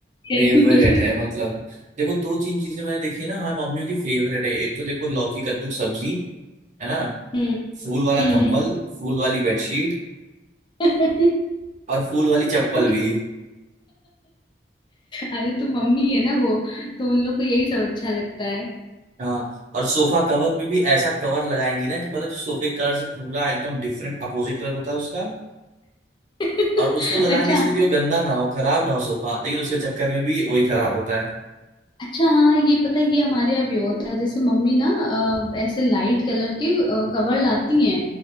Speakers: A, on the left; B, on the right.
A: यही
B: फेवरेट
A: मिली
B: है मतलब देखो दो तीन चीजें मैंने देखी है ना हमारी मम्मियों की फेवरेट है एक तो देखो लौकी कद्दू की सब्जी है ना
A: हम्म
B: फूल वाला
A: हम्म
B: कम्बल फूल वाली बेडशीट
A: <laughs>
B: और फूल वाली चप्पल
A: मुझे
B: भी
A: अरे तो मम्मी है ना वो तो उन लोग को यही सब अच्छा लगता है
B: हाँ और सोफा कवर में भी ऐसा कवर लगाएंगी ना कि मतलब जो सोफे कलर से पूरा एकदम डिफरेंट अपोजिट कलर होता है उसका
A: <laughs>
B: और उसको लगाएंगे
A: अच्छा
B: इसलिए कि वो गंदा ना हो खराब ना हो सोफा लेकिन उसके चक्कर में भी वही खराब होता है
A: अच्छा हाँ ये पता है ये हमारे यहाँ भी होता है जैसे मम्मी ना अ, ऐसे लाइट कलर के कवर लाती हैं